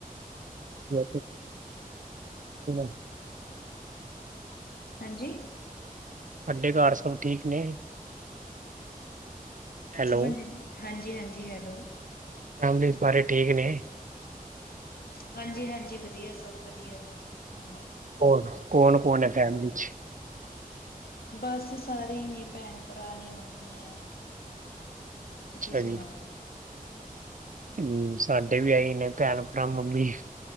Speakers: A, on the right; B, on the left.
A: <inaudible>
B: ਹਾਂਜੀ।
A: ਤੁਆਡੇ ਘਰ ਸਭ ਠੀਕ ਨੇ? ਹੈਲੋ,
B: ਸਮਜ ਨੀ ਹਾਂਜੀ-ਹਾਂਜੀ ਹੈਲੋ।
A: ਫੈਮਲੀ 'ਚ ਸਾਰੇ ਠੀਕ ਨੇ।
B: ਹਾਂਜੀ-ਹਾਂਜੀ ਵਧੀਆ ਸਭ ਵਧੀਆ ਤੁਸੀਂ ਸੁਣਾਓ?
A: ਹੋਰ ਕੌਣ-ਕੌਣ ਹੈ ਫੈਮਲੀ ਚ?
B: ਬਸ ਸਾਰੇ ਈ ਨੇ ਭੈਣ-ਭਰਾ ਨੇ ਮੰਮੀ ਐ। ਤੁਸੀਂ
A: ਅੱਛਾ
B: ਸੁਣਾਓ?
A: ਜੀ, ਹੂੰ ਸਾਡੇ ਵੀ ਆਈ ਨੇ ਭੈਣ-ਭਰਾ ਮੰਮੀ